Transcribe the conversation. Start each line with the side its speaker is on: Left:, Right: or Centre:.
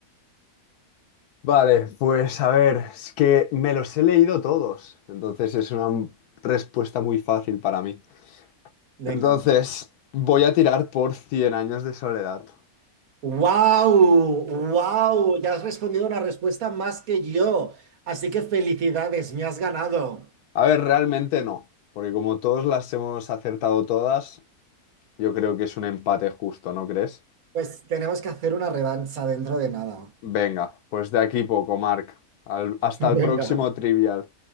Left: Vale, pues a ver, es que me los he leído todos, entonces es una respuesta muy fácil para mí.
Right: Venga.
Left: Entonces, voy a tirar por cien años de soledad.
Right: ¡Wow! ¡Wow! Ya has respondido una respuesta más que yo. Así que felicidades, me has ganado.
Left: A ver, realmente no, porque como todos las hemos acertado todas, yo creo que es un empate justo, ¿no crees?
Right: Pues tenemos que hacer una revancha dentro de nada.
Left: Venga, pues de aquí poco, Marc. Al- hasta
Right: <laughs> Venga.
Left: el próximo trivial.